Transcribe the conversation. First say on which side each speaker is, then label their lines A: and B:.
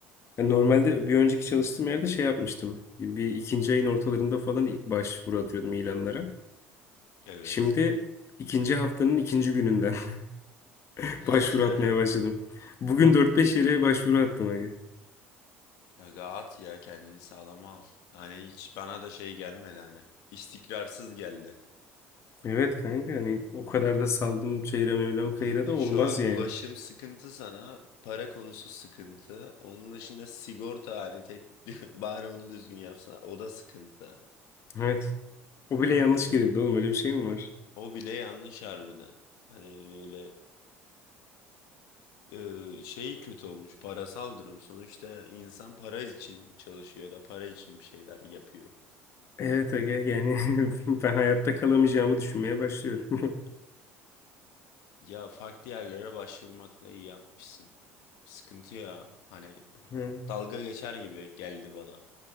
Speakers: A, on the left; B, on the left.
A: Yani normalde bir önceki çalıştığım yerde şey yapmıştım. Bir ikinci ayın ortalarında falan başvuru atıyordum ilanlara.
B: Evet.
A: Şimdi ikinci haftanın ikinci gününden <laughs>
B: <laughs>
A: başvuru atmaya başladım. Bugün
B: Ha-
A: dört beş yere başvuru attım. abi.
B: Aga at ya kendini sağlama al. Hani hiç bana da şey gelmedi hani. İstikrarsız geldi.
A: Evet kanka hani o kadar da saldım çeyre mevlam
B: Hani
A: kayıra da olmaz
B: şu an
A: yani.
B: ulaşım sıkıntı sana, para konusu sıkıntı. Onun dışında sigorta hani tek <laughs> bari onu düzgün yapsa o da sıkıntı.
A: Evet. O bile yanlış
B: Yani
A: girildi oğlum öyle bir şey mi var?
B: o bile yanlış harbiden. Hani böyle e, şey kötü olmuş parasal durum. Sonuçta insan para için çalışıyor ya da para için bir şeyler yapıyor.
A: Evet aga yani <laughs> ben hayatta kalamayacağımı düşünmeye başlıyorum.
B: Ya farklı yerlere başvurmakla iyi yapmışsın. Sıkıntı ya. Hani
A: <laughs>
B: dalga geçer gibi geldi bana.